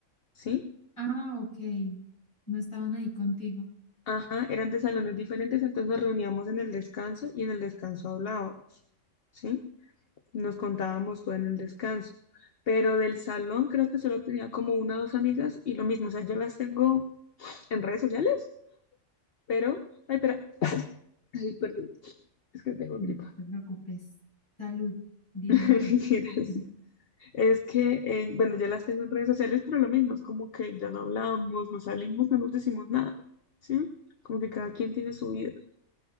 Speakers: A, on the left; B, on the left.
A: ¿sí?
B: ah, ok, no estaban ahí contigo,
A: Ajá, eran de salones diferentes, entonces nos reuníamos en el descanso y en el descanso hablábamos, ¿sí? Nos contábamos todo en el descanso. Pero del salón creo que solo tenía como una o dos amigas y lo mismo, o sea, yo las tengo en redes sociales, pero, ay, espera, ay, perdón, es que tengo
B: Mm,
A: gripa.
B: no te preocupes, salud, dinero
A: <laughs>
B: y amor.
A: Gracias.
B: <laughs>
A: Es que, eh, bueno, yo las tengo en redes sociales, pero lo mismo, es como que ya no hablamos, no salimos, no nos decimos nada, ¿sí? Como que cada quien tiene su vida.